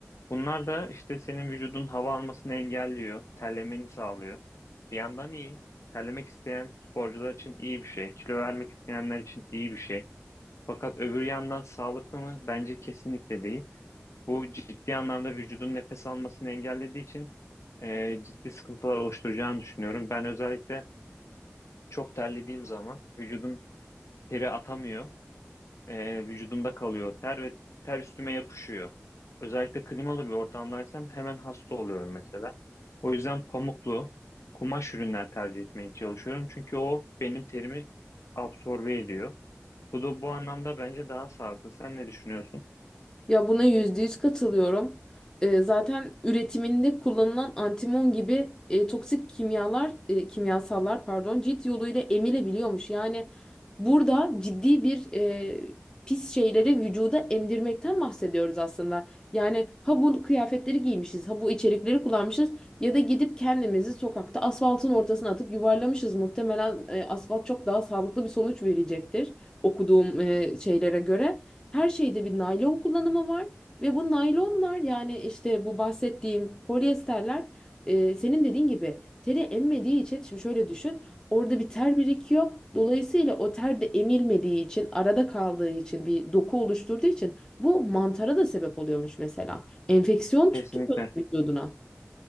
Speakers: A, on the left (about 80°); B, on the left (about 15°).
A: Bunlar da işte senin vücudun hava almasını engelliyor, terlemeni sağlıyor. Bir yandan iyi. Terlemek isteyen sporcular için iyi bir şey, kilo vermek isteyenler için iyi bir şey. Fakat öbür yandan sağlıklı mı? Bence kesinlikle değil. Bu ciddi anlamda vücudun nefes almasını engellediği için e, ciddi sıkıntılar oluşturacağını düşünüyorum. Ben özellikle çok terlediğim zaman vücudum teri atamıyor e, vücudumda kalıyor. Ter ve ter üstüme yapışıyor. Özellikle klimalı bir ortamdaysam hemen hasta oluyorum mesela. O yüzden pamuklu kumaş ürünler tercih etmeye çalışıyorum. Çünkü o benim terimi absorbe ediyor. Bu da bu anlamda bence daha sağlıklı. Sen ne düşünüyorsun?
B: Ya buna yüzde yüz katılıyorum. Ee, zaten üretiminde kullanılan antimon gibi e, toksik kimyalar, e, kimyasallar pardon, cilt yoluyla emilebiliyormuş. Yani burada ciddi bir e, pis şeyleri vücuda emdirmekten bahsediyoruz aslında. Yani ha bu kıyafetleri giymişiz, ha bu içerikleri kullanmışız ya da gidip kendimizi sokakta asfaltın ortasına atıp yuvarlamışız. Muhtemelen e, asfalt çok daha sağlıklı bir sonuç verecektir okuduğum e, şeylere göre. Her şeyde bir naylon kullanımı var ve bu naylonlar yani işte bu bahsettiğim polyesterler e, senin dediğin gibi teri emmediği için şimdi şöyle düşün orada bir ter birikiyor. Dolayısıyla o ter de emilmediği için arada kaldığı için bir doku oluşturduğu için bu mantara da sebep oluyormuş mesela. Enfeksiyon tutturuyor
A: Kesinlikle.
B: vücuduna.